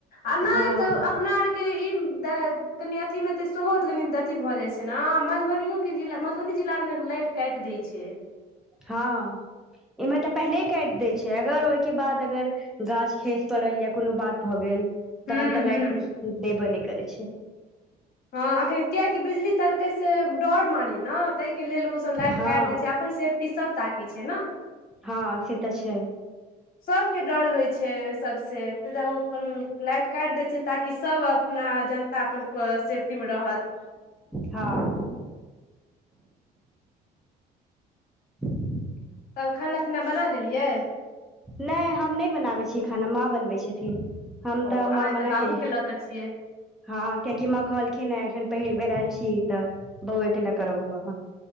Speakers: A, on the left; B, in the centre.
A: आ नहि
B: हँ
A: तऽ अपना आरके कहिं दऽ कनि अथिमे तऽ सेहो धनि अथि भऽ जाइत छै नऽ आ मधुबनियो के जिला मधुबनी जिलामे लाइट काटि दै छै
B: हँ इम्हर तऽ पहिले काटि दै छै अगर ओहिके बाद अगर गाछ खसि पड़ल या कोनो बात भऽ गेल
A: हूँ
B: तहन तऽ
A: हूँ
B: लाइट देबे नहि करै छै
A: हँ अखन कियकि बिजली तड़कै से डर मानी ने तय के लेल ओ सब लाइट
B: हँ
A: काटि दै छै अपन सेफ्टी सब ताके छै ने
B: हँ से तऽ छै
A: सभके डर होइत छै ओहि सभसँ ताहि दुआ ओ अपन लाइट काटि दैत छै ताकि सभ अपना जन तऽ अपन सेफ्टी मे रहत
B: हँ <unintelligible>
A: तब खाना पीना बना लेलियै
B: नहि हम नहि बनाबैत छियै खाना माँ बनबैत छथिन हम हम
A: ओ
B: तऽ
A: अहाँ
B: म म ना
A: बाबूके
B: केलै
A: लऽ कऽ छियै
B: हँ कियाकि माँ कहलखिन ह एखन पहिल बेर आयल छी तऽ बौएके ल कर रहू अहाँ